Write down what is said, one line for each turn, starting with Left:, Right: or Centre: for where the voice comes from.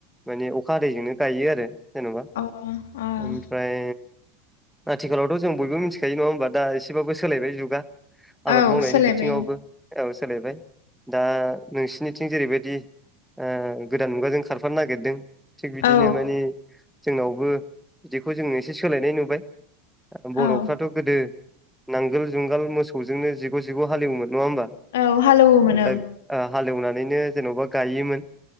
Centre: अखा हादैजोंनो गायो आरो जेनेबा
Left: औ अ अ
Centre: ओमफ्राय आथिखालावथ' जों बयबो मिथिखायो नङा होनबा दा एसेबाबो सोलायबाय जुगा
Left: औ
Centre: आबाद मावनायनि
Left: सोलायबाय
Centre: बिथिङावबो
Left: औ
Centre: औ सोलायबाय दा नोंसोरनिथिं जेरैबायदि ओ गोदान मुगाजों खार फानो नागेरदों थिग बिदिनो
Left: औ
Centre: माने जोंनावबो बिदिखौ जों एसे सोलायनाय नुबाय। ओ बर'फ्राथ'
Left: औ
Centre: गोदो नांगोल जुंगाल मोसौजोंनो जिग' जिग' हालेवोमोन नङा होनबा
Left: औ हालौवोमोन
Centre: ओ <unintelligible> आ हालेवनानैनो जेन'बा गायोमोन